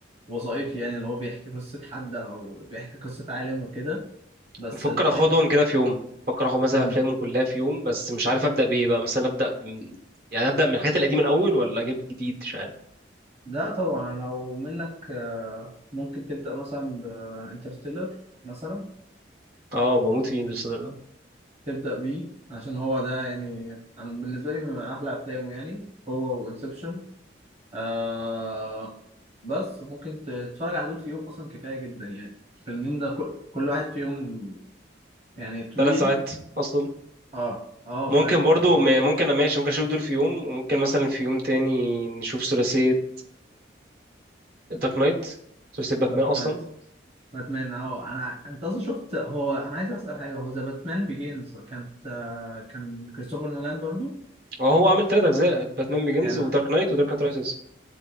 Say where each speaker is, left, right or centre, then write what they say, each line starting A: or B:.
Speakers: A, on the right; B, on the right.
A: وثائقي يعني اللي هو بيحكي قصة حد أو بيحكي قصة عالم وكده بس
B: بفكر
A: تحب
B: اخدهم
A: تف-
B: كده في يوم بفكر اخد مثلا
A: مم.
B: افلامه كلها في يوم بس مش عارف ابدا بايه بقى مثلا ابدا ب... يعني ابدا من الحاجات القديمه الاول ولا اجيب جديد مش عارف
A: لا طبعا لو منك آه، ممكن تبدأ مثلا بانترستيلر مثلا
B: اه بموت في انترستيلر ده
A: تبدأ بيه عشان هو ده يعني أنا بالنسبة لي من أحلى أفلامه يعني هو وإنسبشن آه بس ممكن تتفرج على دول في يوم أصلا كفاية جدا يعني الفيلمين ده كل, كل واحد فيهم يعني طويل
B: ثلاث ساعات اصلا
A: اه اه
B: ممكن
A: فاهم
B: برضو
A: فاللي هو
B: م- ممكن انا ماشي ممكن اشوف دول في يوم وممكن مثلا في يوم تاني نشوف ثلاثيه دارك نايت سلسله باتمان
A: دارك
B: اصلا
A: نايت باتمان اه انا انت اصلا شفت هو انا عايز اسال حاجه هو ذا باتمان بيجينز كانت آه كان كريستوفر نولان برضو
B: اه هو عامل ثلاث اجزاء باتمان بيجنز
A: يعني
B: ودارك نايت ودارك نايت رايزز